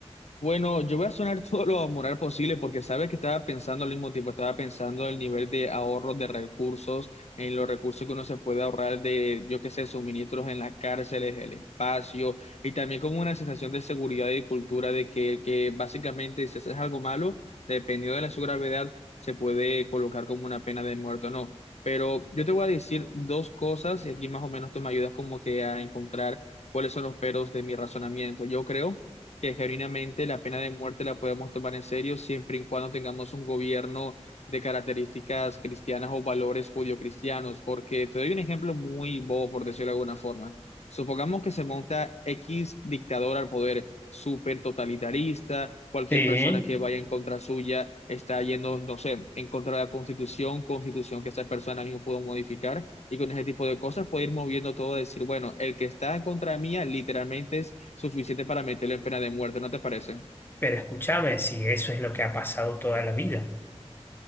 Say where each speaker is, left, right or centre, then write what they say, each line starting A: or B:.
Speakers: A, on the left; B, on the left.
A: Bueno, yo voy a sonar <laughs> todo lo moral posible porque sabes que estaba pensando al mismo tiempo, estaba pensando el nivel de ahorro de recursos, en los recursos que uno se puede ahorrar de, yo qué sé, suministros en las cárceles, el espacio, y también como una sensación de seguridad y cultura de que, que básicamente si haces algo malo, dependiendo de la su gravedad, se puede colocar como una pena de muerte o no. Pero yo te voy a decir dos cosas y aquí más o menos tú me ayudas como que a encontrar cuáles son los peros de mi razonamiento. Yo creo que genuinamente la pena de muerte la podemos tomar en serio siempre y cuando tengamos un gobierno de características cristianas o valores judio-cristianos, porque te doy un ejemplo muy bobo, por decirlo de alguna forma. Supongamos que se monta X dictador al poder, súper totalitarista, cualquier
B: Sí.
A: persona que vaya en contra suya está yendo, no sé, en contra de la constitución, constitución que esa persona mismo pudo modificar, y con ese tipo de cosas puede ir moviendo todo, a decir, bueno, el que está en contra mía literalmente es suficiente para meterle en pena de muerte, ¿no te parece?
B: Pero escúchame, si eso es lo que ha pasado toda la vida.